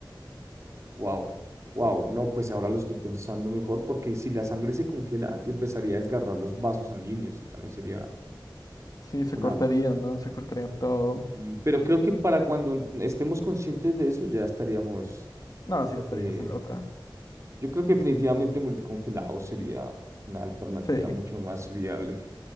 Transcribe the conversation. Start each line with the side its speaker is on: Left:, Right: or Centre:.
Right: Wow, wow. No, pues ahora lo estoy pensando mejor porque si la sangre se congela, empezaría a desgarrar los vasos sanguíneos y también sería
Left: Sí, se
Right: una...
Left: cortaría, ¿no? Se cortaría todo.
Right: y- pero creo que para cuando estemos conscientes de eso ya estaríamos...
Left: No, sí, estarías
Right: eh,
Left: en la otra.
Right: yo creo que definitivamente morir congelado sería una alternativa
Left: Sí,
Right: mucho más viable.